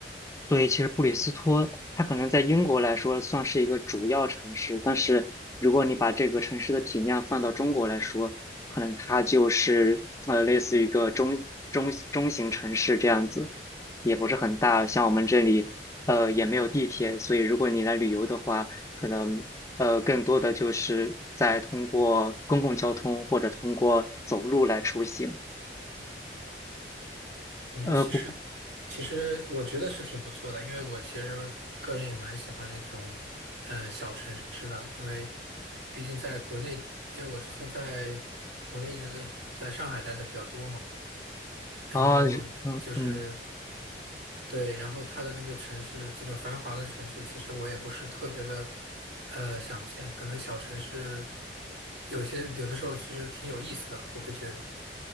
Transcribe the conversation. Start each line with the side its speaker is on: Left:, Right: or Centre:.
Left: 对，其实布里斯托它可能在英国来说算是一个主要城市，但是如果你把这个城市的体量放到中国来说，可能它就是呃类似于一个中中中型城市这样子，也不是很大。像我们这里呃也没有地铁，所以如果你来旅游的话，可能呃更多的就是在通过公共交通或者通过走路来出行。
Right: 哦那其实，
Left: 呃不
Right: 其实我觉得是挺不错的，因为我其实个人也蛮喜欢那种，呃，小城市的，因为毕竟在国内，因为我之前在国内一直在上海待的比较多嘛，然后就是
Left: 啊嗯嗯。
Right: 对，然后它的那个城市，这种繁华的城市，其实我也不是特别的，呃，想见，可能小城市有些有的时候其实挺有意思的，我会觉得。